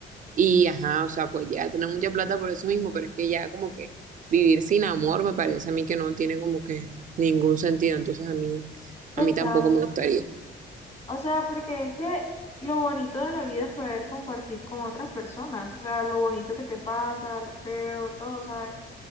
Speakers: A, on the right; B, on the left.
A: Y ajá, o sea, pues ya tener mucha plata por eso mismo, pero es que ya como que vivir sin amor me parece a mí que no tiene como que ningún sentido, entonces a mí,
B: Total.
A: a mí tampoco me gustaría.
B: O sea, porque es que lo bonito de la vida es poder compartir con otras personas. O sea, lo bonito que te pasa, lo feo, todo, ¿sabes?